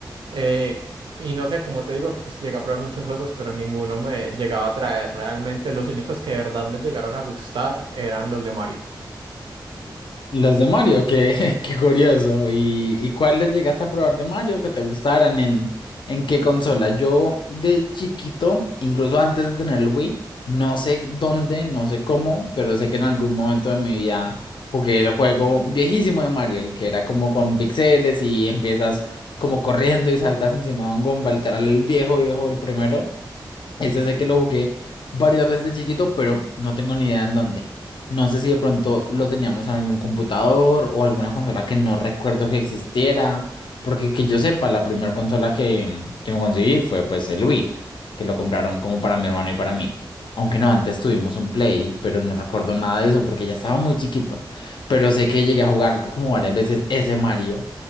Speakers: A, on the right; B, on the left.
A: Eh, y no sé, como te digo, pues llegué a probar muchos juegos, pero ninguno me llegaba a traer realmente, los únicos que de verdad me llegaron a gustar eran los de Mario.
B: Los de Mario, qué, <laughs> qué curioso. ¿Y, y cuáles llegaste a probar de Mario que te gustaran? ¿En, en qué consola? Yo de chiquito, incluso antes de tener el Wii, no sé dónde, no sé cómo, pero sé que en algún momento de mi vida jugué el juego viejísimo de Mario, el que era como con pixeles y empiezas como corriendo y saltas encima de un Goomba, literal el viejo, viejo, el primero. Es desde que lo jugué varias veces de chiquito, pero no tengo ni idea en dónde. No sé si de pronto lo teníamos en algún computador o alguna consola que no recuerdo que existiera, porque que yo sepa, la primera consola que, mm, que me conseguí fue pues el Wii, que lo compraron como para mi hermano y para mí. Aunque no, antes tuvimos un Play, pero no recuerdo nada de eso porque ya estaba muy chiquito. Pero sé que llegué a jugar como varias veces ese Mario.